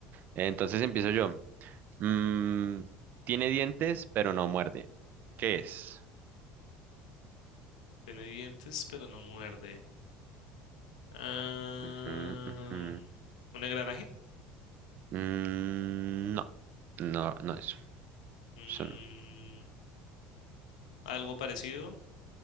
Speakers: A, on the right; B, on the left.
A: Entonces empiezo yo. Mm, tiene dientes, pero no muerde. ¿Qué es?
B: Tiene dientes, pero no muerde. Ah,
A: Ujú, ujú.
B: ¿un engranaje?
A: Mm, no, no, no es.
B: Mm,
A: Eso no.
B: ¿algo parecido?